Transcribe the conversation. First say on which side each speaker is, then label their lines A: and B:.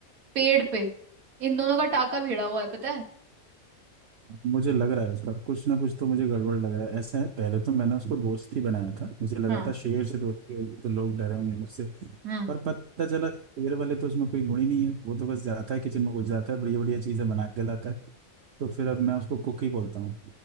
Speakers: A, on the right; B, on the right.
A: पेड़ पे इन दोनों का टाका भिड़ा हुआ है पता है
B: मुझे लग रहा है उसका कुछ ना कुछ तो मुझे गड़बड़ लग रहा है ऐसा है पहले तो मैंने उसको दोस्त ही बनाया था मुझे लगा
A: हाँ
B: था शेर से दोस्ती होगी तो लोग डरेंगे मुझसे
A: हम्म
B: पर पता चला शेर वाले तो उसमें कोई गुण ही नहीं है वो तो बस जाता है किचन में घुस जाता है बढ़िया बढ़िया चीजें बना के लाता है तो फिर अब मैं उसको कुक ही बोलता हूँ